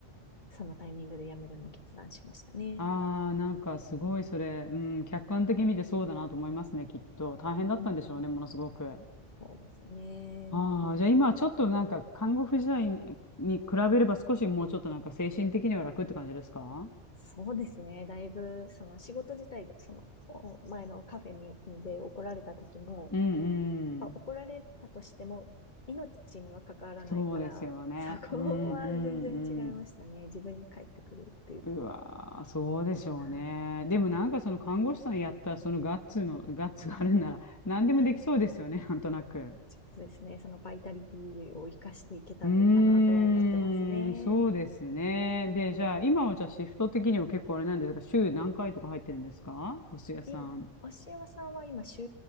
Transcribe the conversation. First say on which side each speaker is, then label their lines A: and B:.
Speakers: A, on the left; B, on the left.
A: そのタイミングで辞めるのを決断しましたね。
B: ああ、なんかすごいそれ、うん、客観的に見てそうだなと思いますね、きっと。大変だったんでしょうね、
A: うん、
B: ものすごく。
A: そうですね。
B: ああ、
A: うん
B: じゃあ今ちょっとなんか看護婦時代にに比べれば少しもうちょっとなんか精神的には楽って感じですか
A: そうですね。だいぶ、その仕事自体で、そのお前のカフェにで怒られた時も、
B: うんうん。
A: やっぱ怒られたとしても、命には関わらないから、
B: そうですよね。
A: そこは全然違いましたね。
B: うんうんうん。
A: 自分に返ってくるっていうところ。
B: うわー、そうでしょうね。
A: あ
B: でもなんかその看護師さんやったそのガッツの、ガッツがあるんなら何でもできそうですよね、
A: ーうん
B: なんとなく。
A: ちょっとですね、そのバイタリティを生かしていけたらいいかなとは思ってますね。
B: うーん、そうですね。で、
A: うん、
B: じゃあ、今はじゃあシフト的には結構あれなんですが、週何回とか入ってるんですかお寿司屋さん。
A: 今、押山さんは今週